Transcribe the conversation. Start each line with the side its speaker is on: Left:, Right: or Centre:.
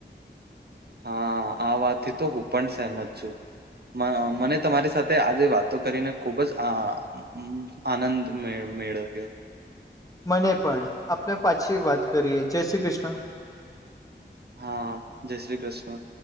Right: હા આ વાત થી તો હું પણ સહેમત છું. મ મને તમારી સાથે આજે વાતો કરીને ખુબ જ આ ઉમ્મ આનંદ મે મેળ મેળવ્યો.
Left: મને પણ આપણે પાછી વાત કરીએ જય શ્રી કૃષ્ણ.
Right: હા જય શ્રી કૃષ્ણ.